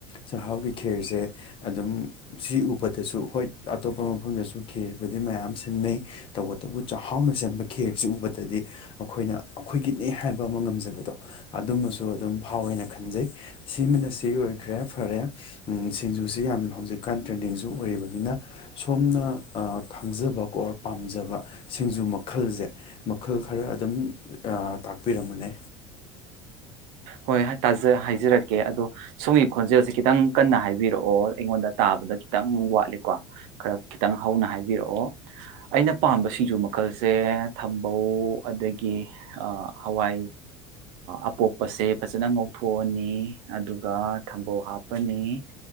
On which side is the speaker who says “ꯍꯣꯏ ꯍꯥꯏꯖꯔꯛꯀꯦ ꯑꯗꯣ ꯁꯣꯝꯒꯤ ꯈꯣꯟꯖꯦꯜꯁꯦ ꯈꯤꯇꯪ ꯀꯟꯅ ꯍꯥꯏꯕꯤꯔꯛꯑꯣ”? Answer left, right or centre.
Right